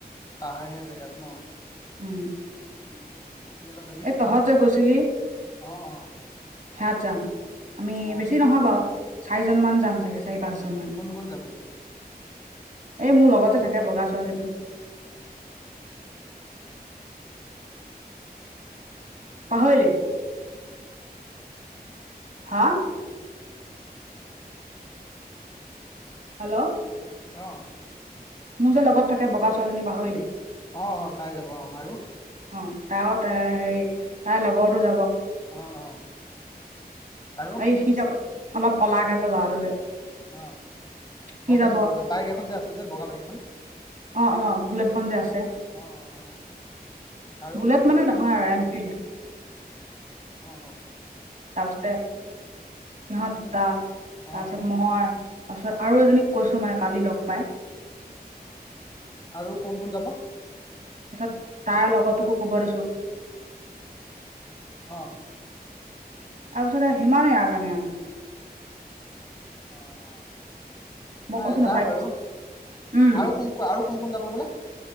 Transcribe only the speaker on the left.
পাহাৰীয়া জেগাত ন'।
উম, উম, কেতিয়ালৈ যাবি?
অ, অ।
অ
কোন কোন যাবি
অ'।
অ, অ তাই যাব অ' আৰু।
অ অ আৰু
অ'।
গম পাইছো,
গম পাইছো। বাইক এখন যে আছে যে বগা বাইকখন
অ'।
অ, অ, অ। আৰু
অ, অ।
অ
আৰু কোন কোন যাব?
অ'।
অ, অ'
ন যা
বাৰু,
আৰু কোন ক আৰু কোন, কোন যাব বোলে?